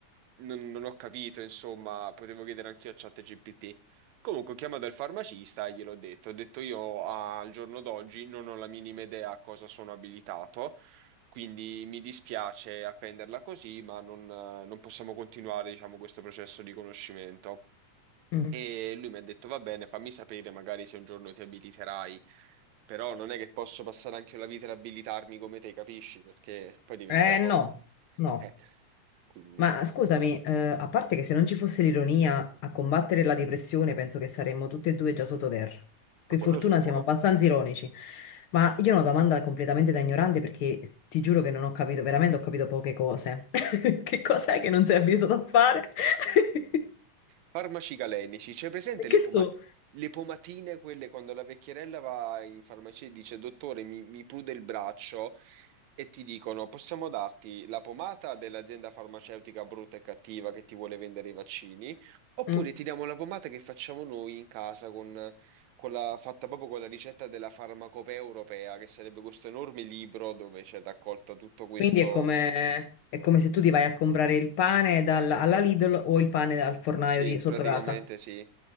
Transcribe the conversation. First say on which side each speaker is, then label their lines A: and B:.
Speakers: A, on the right; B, on the left.
A: non, non ho capito, insomma, potevo chiedere anch'io a chat GPT. Comunque ho chiamato il farmacista e gliel'ho detto, ho detto io ah, al giorno d'oggi non ho la minima idea a cosa sono abilitato, quindi mi dispiace appenderla così, ma non, eh, non possiamo continuare, diciamo, questo processo di conoscimento.
B: Mm.
A: E lui mi ha detto, va bene, fammi sapere magari se un giorno ti abiliterai, però non è che posso passare anche la vita ad abilitarmi come te, capisci? Perché poi diventiamo...
B: Eh no, no.
A: Eh, quindi,
B: Ma scusami, eh, a parte che se non ci fosse l'ironia a combattere la depressione, penso che saremmo tutti e due già sottoterra. Per
A: ma quello
B: fortuna
A: sicuro.
B: siamo abbastanza ironici. Ma io ho una domanda completamente da ignorante perché ti giuro che non ho capito, veramente ho capito poche cose. <laughs> Che cos'è che non sei abituato a fare? <laughs>
A: Farmaci galenici, c'è presente le,
B: Che so?
A: poma- le pomatine, quelle quando la vecchierella va in farmacia e dice, dottore, mi, mi prude il braccio e ti dicono, possiamo darti la pomata dell'azienda farmaceutica brutta e cattiva che ti vuole vendere i vaccini, oppure
B: Mm.
A: ti diamo la pomata che facciamo noi in casa con, con la, fatta proprio con la ricetta della farmacopea europea, che sarebbe questo enorme libro dove c'è raccolto tutto questo...
B: Quindi è come, è come se tu ti vai a comprare il pane dal- alla Lidl o il pane al fornaio
A: Sì,
B: di sotto
A: praticamente
B: casa.
A: sì.